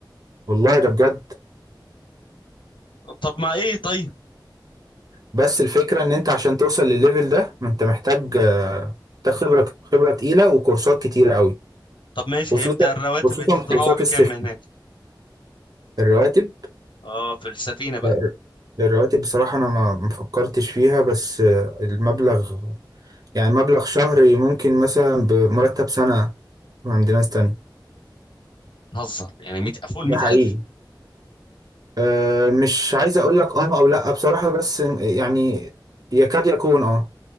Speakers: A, on the right (about 50°); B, on the left (about 85°).
A: والله ده بجد
B: طب ما ايه طيب
A: بس الفكرة ان انت عشان توصل للليفل ده ما انت محتاج آه، محتاج خبرة خبرة تقيلة وكورسات كتيرة قوي
B: طب ماشي
A: خصوصا
B: هيبدأ الرواتب
A: خصوصا
B: تتراوح
A: كورسات
B: بكام
A: السيفتي
B: هناك
A: الرواتب
B: اه في السفينه بقى
A: آه، الرواتب بصراحة انا ما ما فكرتش فيها بس آه، المبلغ يعني مبلغ شهري ممكن مثلا بمرتب سنة عند ناس تانية
B: بتهزر يعني 100 فوق ال
A: ده
B: 100000
A: حقيقي أه مش عايز اقول لك اه او لا بصراحة بس يعني يكاد يكون اه